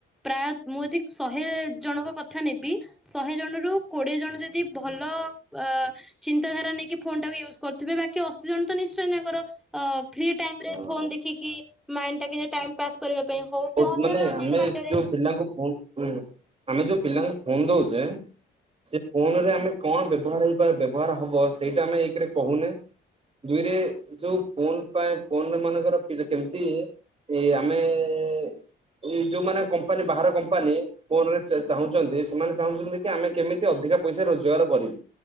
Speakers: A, in the centre; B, on the right.
A: ପ୍ରାୟ ମୁଁ ଯଦି ଶହେ ଜଣଙ୍କ କଥା ନେବି ଶହେ ଜଣ ରୁ କୋଡିଏ ଜଣ ଯଦି ଭଲ ଅ ଚିନ୍ତାଧାରା ନେଇକି ଫୋନ୍ ଟା ୟୁଜ୍ କରୁଥିବେ ବାକି ଅଶୀ ଜଣ ତ ନିଶ୍ଚୟ ତାଙ୍କର ଅ ଫ୍ରି ଟାଇମ
B: ହଁ
A: ରେ ଫୋନ୍ ଦେଖିକି ମାଇଣ୍ଡ ଟା ଟାଇମ ପାସ୍ କରିବା ପାଇଁ। ହଉ କି
B: ବହୁ
A: ଅନ୍ୟାନ୍ୟ
B: ମାନେ
A: ଅନ୍ୟାନ୍ୟ
B: ଆମେ
A: ବାଟରେ
B: ଯୋଉ ପିଲାଙ୍କୁ ଫୋ ହୁଁ, ଆମେ ଯୋଉ ପିଲାଙ୍କୁ ଫୋନ୍ ଦଉଚେଁ ସେ ଫୋନ୍ ରେ ଆମେ କଣ ବ୍ୟବହାର ହେଇପା ବ୍ୟବହାର ହବ ସେଇଟା ଆମେ ଏକରେ କହୁନେ। ଦୁଇରେ ଯୋଉ ଫୋନ୍ ପାଇଁ ଫୋନ୍ ମାନଙ୍କର ପିଲା କେମିତି ଏଇ ଆମେ-ଏ ଏଇ ଯୋଉମାନେ କମ୍ପାନୀ ବାହାର କମ୍ପାନୀ ଫୋନ୍ ରେ ଚା-ଚାହୁଁଚନ୍ତି, ସେମାନେ ଚାହୁଁଚନ୍ତି କି, ଆମେ କେମିତି ଅଧିକା ପଇସା ରୋଜଗାର କରିବୁ?